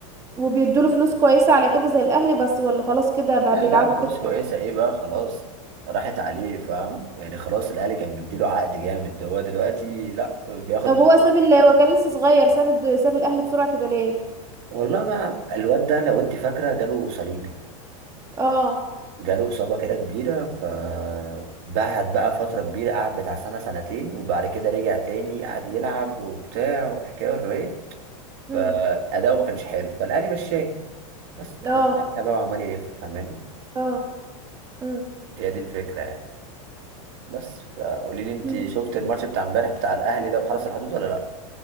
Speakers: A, on the right; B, on the right.
A: وبيدوله فلوس كويسة على كده زي الأهلي بس ولا خلاص كده بقى
B: لا
A: بيلعبوا
B: لا فلوس
A: كده
B: كويسة ايه بقى خلاص راحت عليه فاهمة يعني خلاص الاهلي كان مديله عقد جامد هو دلوقتي لا بياخد
A: طب هو ساب ال هو كان لسه صغير ساب الد... ساب الأهلي بسرعة كده ليه
B: والله ما الواد ده لو انت فاكرة جاله صليبي
A: اه
B: جاله إصابة كده كبيرة فبعد بقى فترة كبيرة قعد بتاع سنة سنتين وبعد كده رجع تاني قعد يلعب وبتاع والحكاية والرواية
A: امم
B: فأداؤه ما كانش حلو فالأهلي مشاه بس
A: اه
B: من ساعتها بقى عمال يلف فاهماني
A: اه امم
B: هي دي الفكرة يعني بس فقولي لي انت
A: أمم.
B: شفت الماتش بتاع امبارح بتاع الاهلي ده وحرس الحدود ولا لا